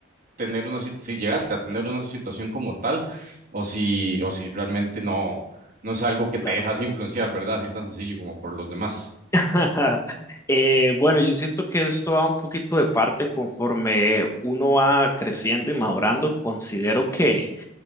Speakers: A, on the right; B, on the left.
A: tener una, sit- si llegaste a tener una situación como tal, o si, o si realmente no, no es algo que
B: Claro.
A: te dejas influenciar, ¿verdad? Así tan sencillo como por los demás.
B: <laughs> Eh, bueno, yo siento que esto va un poquito de parte conforme uno va creciendo y madurando. Considero que